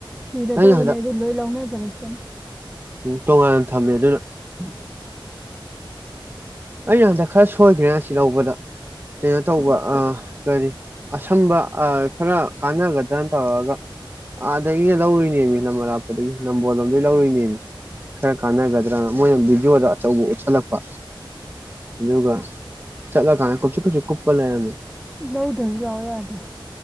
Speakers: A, in the centre; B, on the right.
A: ꯊꯤꯔꯗꯕꯅꯦ
B: ꯑꯩꯅ
A: ꯑꯗꯨ ꯂꯣꯏ ꯂꯧꯅꯖꯔꯛ ꯁꯟ <unintelligible>
B: ꯎ ꯇꯣꯉꯥꯟꯅ ꯊꯝꯃꯦ ꯑꯗꯨꯗꯣ
A: <unintelligible>
B: ꯑꯩꯅ ꯍꯟꯗꯛ ꯈꯔ ꯁꯣꯏꯈ꯭ꯔꯦ ꯑꯁꯤ ꯂꯧꯕꯗ ꯀꯩꯅꯣ ꯇꯧꯕ ꯑ ꯀꯔꯤ ꯑꯁꯝꯕ ꯑ ꯈꯔ ꯀꯥꯟꯅꯒꯗ꯭ꯔꯅ ꯇꯧꯔꯒ ꯑꯥꯗꯒꯤꯒ ꯂꯧꯔꯨꯏꯅꯦꯃꯤ ꯂꯝ ꯑꯔꯥꯞꯄꯗꯒꯤ ꯅꯝꯕꯣꯜ ꯂꯣꯝꯗꯗꯩ ꯂꯧꯔꯨꯏꯅꯦꯃꯤ ꯈꯔ ꯀꯥꯟꯅꯒꯗ꯭ꯔꯅ ꯃꯣꯏꯅ ꯚꯤꯗꯤꯑꯣꯗ ꯑꯆꯧꯕ ꯎꯠꯁꯜꯂꯛꯄ ꯗꯨꯒ ꯆꯠꯂ ꯀꯥꯟꯗ ꯀꯨꯞꯁꯤ ꯀꯨꯞꯁꯤ ꯀꯨꯞꯄ ꯂꯩꯔꯝꯃꯦ
A: ꯂꯧꯗ꯭ꯔꯁꯨ ꯂꯥꯛꯎ ꯌꯥꯗ꯭ꯔꯥ